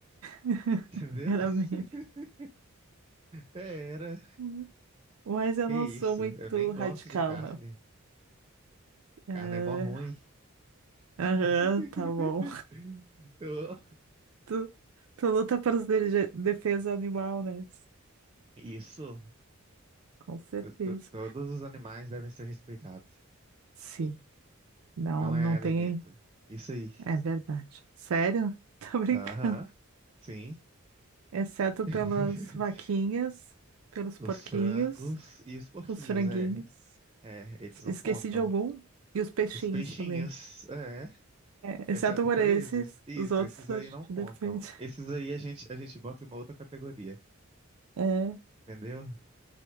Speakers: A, on the right (about 80°); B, on the right (about 25°).
A: <laughs>
B: Entendeu?
A: Era meme.
B: <laughs> É, Era.
A: Hum. Mas eu
B: Que
A: não
B: isso?
A: sou muito
B: Eu nem
A: radical,
B: gosto de carne.
A: não. É,
B: Carne é mó ruim.
A: Aham,
B: <laughs>
A: tá bom.
B: Eu-
A: Tu, tu luta pelos de- defesa animal, né?
B: Isso.
A: Com certeza.
B: To- to- Todos os animais devem ser respeitados.
A: Sim, não,
B: Não
A: não
B: é alimento.
A: tem.
B: Isso aí.
A: É verdade. Sério? <laughs> Tô brincando.
B: Aham. Sim.
A: Exceto
B: <laughs>
A: pelas vaquinhas, pelos porquinhos,
B: Os frangos e os porquinhos,
A: os franguinhos.
B: é. É, eles não
A: Esqueci
B: contam.
A: de algum? E os peixinhos
B: Os peixinhos,
A: também.
B: é.
A: É,
B: Exceto
A: exceto por
B: por
A: esses,
B: esses. Isso,
A: os outros
B: esses
A: a
B: aí
A: gente
B: não contam.
A: defende.
B: Esses
A: <laughs>
B: aí a gente, a gente bota em uma outra categoria,
A: É,
B: entendeu?